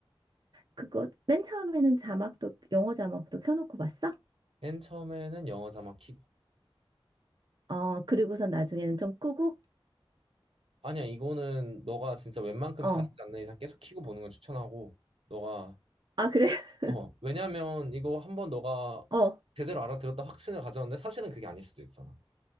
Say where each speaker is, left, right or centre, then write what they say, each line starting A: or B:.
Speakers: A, on the right; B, on the right.
A: 그거 맨 처음에는 자막도, 영어 자막도 켜놓고 봤어?
B: 맨 처음에는 영어 자막 키고.
A: 어, 그리고선 나중에는 좀 끄고?
B: 아니야, 이거는 너가 진짜 웬만큼
A: 어.
B: 잘하지 않는 이상 계속 키고 보는 걸 추천하고. 너가
A: 아, 그래? <laughs>
B: 어, 왜냐면 이거 한번 너가
A: 어.
B: 제대로 알아들었다 확신을 가졌는데 사실은 그게 아닐 수도 있잖아.